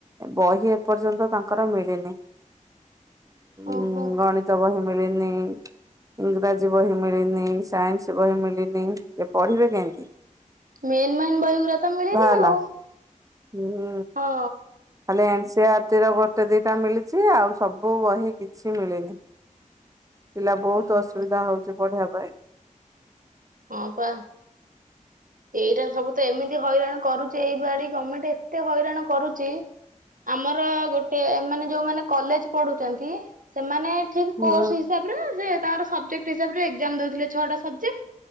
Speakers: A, on the right (about 25°); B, on the right (about 80°).
A: ବହି ଏପର୍ଯ୍ୟନ୍ତ ତାଙ୍କର ମିଳିନି
B: ଓହୋ
A: ହୁଁ ଗଣିତ ବହି ମିଳିନି ଇଂରାଜୀ ବହି ମିଳିନି ସାଇନ୍ସ ବହି ମିଳିନି ସେ ପଢିବେ କେମତି?
B: ମେନ୍ ମେନ୍ ବହିଗରା ତ ମିଳେନି
A: ହେଲା
B: ଆଉ।
A: ହୁଁ
B: ହଁ
A: ଖାଲି ଏନସି ଆରଟି ର ଗୋଟେ ଦିଟା ମିଳିଛି ଆଉ ସବୁ ସବୁ ବହି କିଛି ମିଳିନି ପିଲା ବହୁତ
B: ଓହୋ
A: ଅସୁବିଧା ହଉଛି ପଢିବାକୁ <inaudible>
B: ହଁ ପା ଏଇଟା ସବୁ ତ ଏମିତି ହଇରାଣ କରୁଛି, ଏଇ ବାଡି ଗଭର୍ଣ୍ଣମେଣ୍ଟ ଏତେ ହଇରାଣ କରୁଛି
A: ହ <inaudible>
B: ଆମର ଗୋଟେ ଏମାନେ ଯୋଉମାନେ କଲେଜ ପଢୁଛନ୍ତି ସେମାନେ ଠିକ
A: ହୁଁ
B: କୋର୍ସ ହିସାବରେ ତାଙ୍କର ସବଜେକ୍ଟ ହିସାବରେ ଏକ୍ଜାମ ଦେଉଥିଲେ ଛଅଟା ସବଜେକ୍ଟ